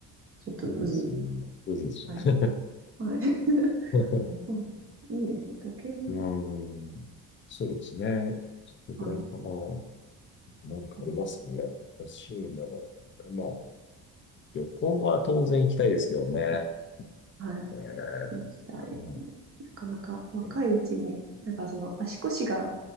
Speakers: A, on the right; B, on the left.
A: ちょっとうずうず。
B: そうですよね。うずうずしちゃ
A: はい。はい。<laughs>
B: う。
A: あ、そう。いいですね。時計も、
B: <laughs> うーん。そうですね。それぐらいかな。
A: はい。
B: なんかありますかね。
A: うん
B: 欲しいもの。まあ、旅行は当然行きたいですけどね。
A: はい。
B: えーうん、
A: 行きたいですね。なかなか若いうちに、
B: はい。
A: なんかその足腰が